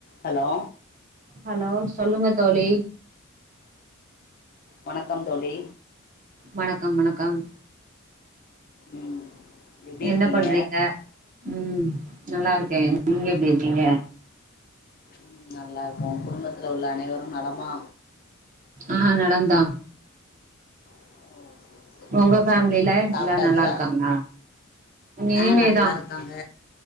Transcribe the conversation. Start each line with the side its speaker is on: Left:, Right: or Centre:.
Left: Hello
Right: hello சொல்லுங்க தோழி
Left: வணக்கம் தோழி
Right: வணக்கம் வணக்கம்
Left: ம் எப்டி இருக்கீங்க
Right: என்ன பண்றீங்க ம் நல்லா இருக்கே நீங்க எப்டி இருக்கீங்க
Left: ம் நல்லா இருக்கோ குடும்பத்துல்ல உள்ள அனைவரும் நலமா
Right: ஆ நலந்தா
Left: ஓ செரி செரி
Right: உங்க
Left: செரி
Right: ஃபேம்லில
Left: செரி சாப்ட்டாச்சா
Right: எல்லா நல்லா இருக்காங்ளா இனிமேதா
Left: ஆ நல்லா இருக்காங்க